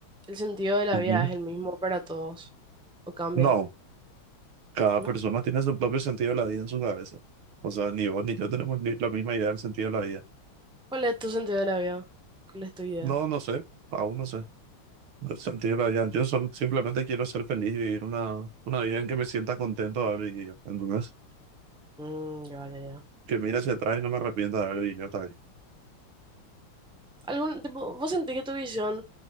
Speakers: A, in the centre; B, on the right.
A: el sentido de la
B: Ujú.
A: vida es el mismo para todos? ¿O cambia?
B: No, cada
A: ¿no?
B: persona tiene su propio sentido de la vida en su cabeza. O sea, ni vos ni yo tenemos ni- la misma idea del sentido de la vida.
A: ¿Cuál es tu sentido de la vida? ¿Cuál es tu idea?
B: No, no sé, aún no sé. El sentido de la vida. Yo solo- simplemente quiero ser feliz y vivir una, una vida en que me sienta contento de haber vivido. Entonces,
A: Mm, ya, ya, ya.
B: que mira hacia atrás y no me arrepienta de haber vivido. está bien.
A: ¿Algún tipo, vos sentís que tu visión